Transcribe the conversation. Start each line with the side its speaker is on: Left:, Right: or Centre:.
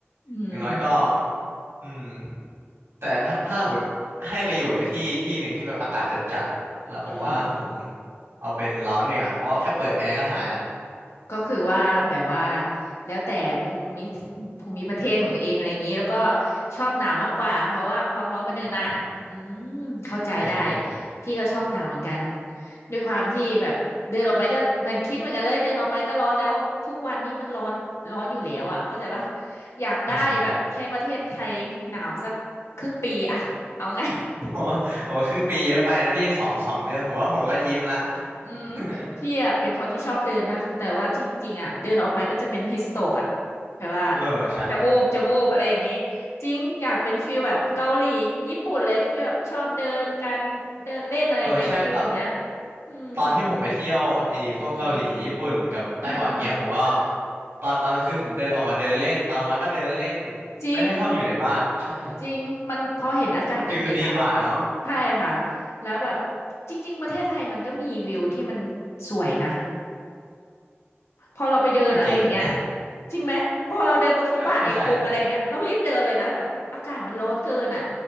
Left: อืม
Right: อย่างน้อยก็อืมแต่ถ้าถ้าหมดให้ไปอยู่ในที่ที่หนึ่งที่แบบอากาศจัดจัดอะแล้วผมว่าผม
Left: อืม
Right: เอาเป็นร้อนเนี่ยเพราะว่าแค่เปิดแอร์ก็หายละ
Left: ก็คือว่าแบบว่าแล้วแต่ภูมิภูมิประเทศของตัวเองอะไรอย่างนี้แล้วก็ชอบหนาวมากกว่าเพราะว่าความร้อนมันเนินอะอืมเข้าใจได้
Right: ใช่อืมอืม
Left: พี่ก็ชอบหนาวเหมือนกันด้วยความที่แบบเดินออกไปก็เหมือนคิดเหมือนกันเลยเดินออกไปก็ร้อนแล้วทุกวันนี้มันร้อนร้อนอยู่แล้วอะเข้าใจปะอยากได้แบบให้ประเทศไทยหนาวสักครึ่งปีอะเอาไง
Right: อืม <laughs> โอ้โหครึ่งปีเยอะไปนะพี่สองสองเดือนผมว่าผมก็ยิ้มละ
Left: อืม
Right: <laughs>
Left: พี่อ่ะเป็นคนที่ชอบเดินนะแต่ว่าจริงๆอ่ะเดินออกไปก็จะเป็นฮิสโตกอ่ะแต่ว่า
Right: เออใช่
Left: จะวูบจะวูบอะไรอย่างงี้จริงอยากเป็นฟีลแบบเกาหลีญี่ปุ่นเลยฟีลแบบชอบเดินการเดินเล่นอะไรอย่างเงี้ยฟีลแบบเนี้ย
Right: เออใช่ต
Left: อืม
Right: ตอนที่ผมไปเที่ยวไอ้พวกเกาหลีญี่ปุ่นกับไต้หวันเงี้ยผมก็
Left: อืมอืมเออเออเออ
Right: ตอนตอนคือผมเดินออกมาเดินเล่นตอนมาก็เดินเล่น
Left: จริง
Right: ไม่ค่อยชอบอยู่ในบ้านใช่
Left: จริงมันพอเห็นอากาศเย็นๆอ่ะ
Right: ฟิลมันดีกว่าเนาะ
Left: ใช่ค่ะแล้วแบบจริงๆประเทศไทยมันก็มีวิวที่มันสวยนะ พอเราไปเดินอะไรอย่างเงี้ย
Right: ก็จริงแหละ
Left: จริงไหมพอเราเดินบนฟุตบาทในกรุงอะไรอย่างเงี้ยเรารีบเดินเลยนะแบบอากาศมันร้อนเกินอ่ะ
Right: <laughs> ก็ก็ใช่